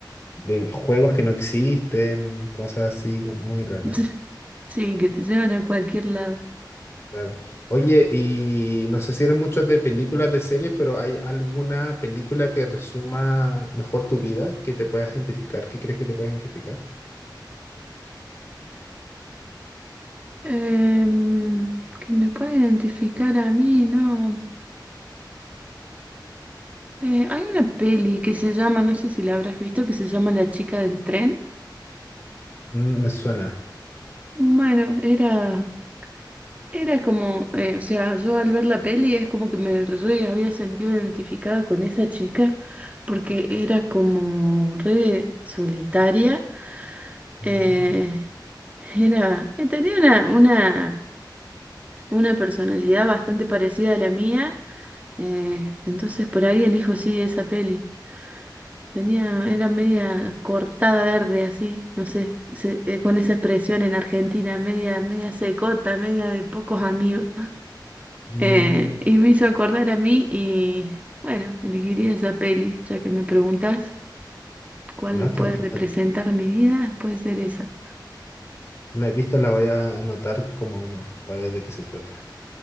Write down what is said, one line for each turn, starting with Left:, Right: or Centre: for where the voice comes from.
Left: de juegos que no existen, cosas así, como muy raro.
Right: <laughs> Sí, que te llevan a cualquier lado.
Left: Claro. Oye, y no sé si eres mucho de películas, de series, pero ¿hay alguna película que resuma mejor tu vida, que te puedas identificar, que crees que te pueda identificar?
Right: Em, que me puede identificar a mí, ¿no? Eh, hay una peli que se llama, no sé si la habrás visto, que se llama La chica del tren.
Left: Mm, me suena.
Right: Bueno, era, era como, eh, o sea, yo al ver la peli es como que me re había sentido identificada con esa chica, porque era como re solitaria
Left: Mm,
Right: Eh, era, eh, tenía una, una, una personalidad bastante parecida a la mía, eh, entonces por ahí elijo sí esa peli. Tenía, era media cortada verde así, no sé, se- eh, con esa expresión en Argentina, media, media secota, media de pocos amigos.
Left: mm,
Right: Eh, y me hizo acordar a mí y bueno, elegiría esa peli, ya que me preguntas cuál
Left: no, está
Right: puede
Left: lista.
Right: representar mi vida, puede ser esa.
Left: No la he visto, la voy a anotar como para ver de qué se trata.